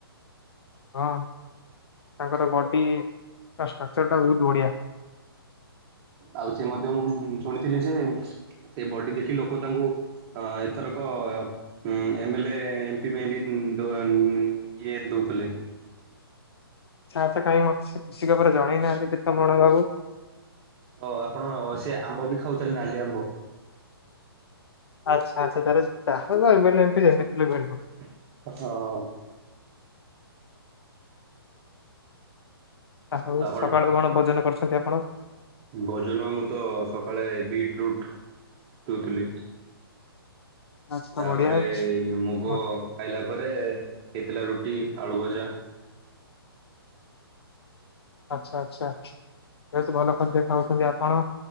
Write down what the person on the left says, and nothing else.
ହଁ ତାଙ୍କର ବଡି ଷ୍ଟ୍ରକ୍ଚର ଟା ବହୁତ ବଢ଼ିଆ।
ଆଚ୍ଛା ଆଚ୍ଛା କାଇଁ ମତେ ସିଏ ଖୁସି ଖବର ଜଣେଇନାହାନ୍ତି ପୀତମ୍ୱର ବାବୁ।
ଆଚ୍ଛା ଆଚ୍ଛା ତାର ତାହାଲେ ଏମ୍ ଏ ଲେ ଏମ୍ ପି ଏମିତି ରେ <inaudible>
ଆଉ
ସକାଳୁ କଣ ଭୋଜନ କରୁଛନ୍ତି ଆପଣ?
ଆଚ୍ଛା
ବଢିଆ
ଭଲ।
ଆଚ୍ଛା ଆଚ୍ଛା ଯେହେତୁ ଭଲ ଖାଦ୍ୟ ଖାଉଛନ୍ତି ଆପଣ